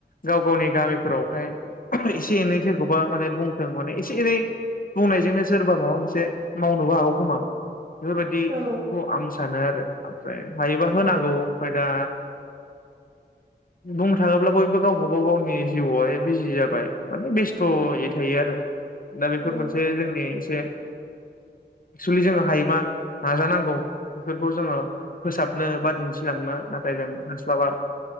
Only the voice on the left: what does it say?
गाव गावनि गामिफोरावहाय एसे एनै सोरखौबा माने बुंथों माने एसे एनै बुंनायजोंनो सोरबा माबा मोनसे मावनोबो हागौ खोमा बेफोरबायदिखौ
आं सानो आरो ओमफ्राय हायोबा
होनांगौ ओमफाय दा बुंनो थाङोब्ला बयबो गावबागाव गावनि जिउआवहाय बिजि जाबाय माने बेस्थयै थायो आरो दा बेफोर
मोनसे जोंनि <unintelligible> एक्सुलि जोङो हायोबा नाजानांगौ बेफोरखौ जोङो फोसाबनो बा दिन्थिलांनो नाथाय जों हास्लाबा